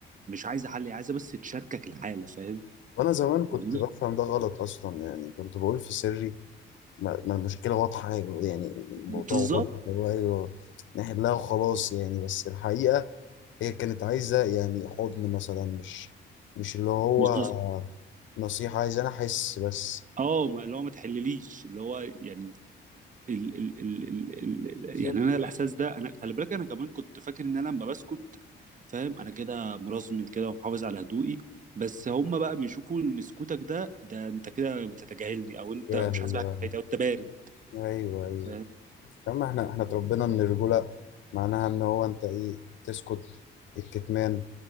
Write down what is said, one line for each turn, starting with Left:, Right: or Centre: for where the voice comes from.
Right: مش عايزه حل هي عايزه بس تشاركك الحاله فاهم
Left: وانا زمان كنت
Right: فاهمني؟
Left: بفهم ده غلط اصلا يعني كنت بقول في سري ما ما المشكله واضحه يعني الموضوع
Right: بالظبط
Left: واضح هو ايوه نحلها وخلاص يعني بس الحقيقه هي كانت عايزه يعني حضن مثلا مش مش اللي هو
Right: مش بس
Left: نصيحه عايزه انا احس بس
Right: اه ما- اللي هو ما تحلليش اللي هو يعني ال ال ال ال ال
Left: بالظبط
Right: يعني انا الاحساس ده انا خلي بالك انا كمان كنت فاكر ان انا لما بسكت فاهم انا كده مرزم كده ومحافظ على هدوئي بس هم بقى بيشوفوا ان سكوتك ده ده انت كده بتتجاهلني او انت
Left: يا
Right: مش
Left: هو
Right: حاسس بحاجه او انت بارد
Left: ايوه ايوه
Right: فاهم
Left: اما احنا احنا اتربينا ان الرجوله معناها ان هو انت ايه تسكت الكتمان